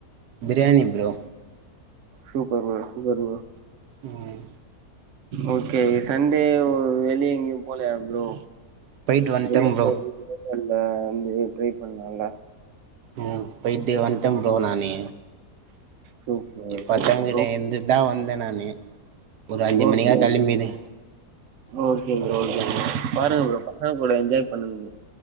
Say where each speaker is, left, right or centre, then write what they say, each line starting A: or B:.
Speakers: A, on the right; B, on the right.
A: biryani bro
B: super bro super bro
A: உம்
B: ஓகே சண்டே வெளிய எங்கயும் போலயா ப்ரோ
A: போய்ட்டு வந்ட்டே
B: வெளிய <unintelligible>
A: ப்ரோ
B: வந்து வண்டி ரிப்பேர் பண்ணங்க
A: ஓ போயிட்டு வந்ட்ட ப்ரோ நானு
B: சூப்பர்
A: பசங்கிட்ட
B: ப்ரோ
A: இருந்து தா வந்த நானு ஒரு அஞ்சு
B: சூப்பர்
A: மணியா
B: ப்ரோ ஓகே
A: களம்பிது
B: ஓகே ஓகே பாருங்க ப்ரோ பசங்க கூட என்ஜாய் பண்ணுங்க